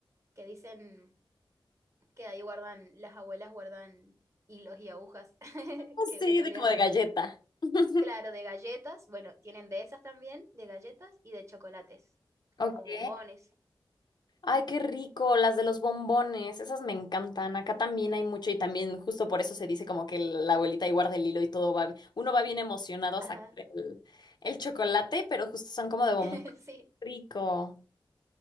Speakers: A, on the right; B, on the left.
A: que dicen que ahí guardan, las abuelas guardan hilos y agujas, <laughs> que
B: sí,
A: en realidad,
B: de como de galleta. <laughs>
A: claro, de galletas, bueno, tienen de esas también, de galletas y de chocolates, como
B: Ok.
A: bombones.
B: Ay, qué rico, las de los bombones, esas me encantan. Acá también hay mucho y también justo por eso se dice como que la abuelita ahí guarda el hilo y todo va, uno va bien emocionado a
A: Ajá,
B: sacar el, el chocolate, pero justo son como de bombón.
A: <laughs> sí,
B: Rico.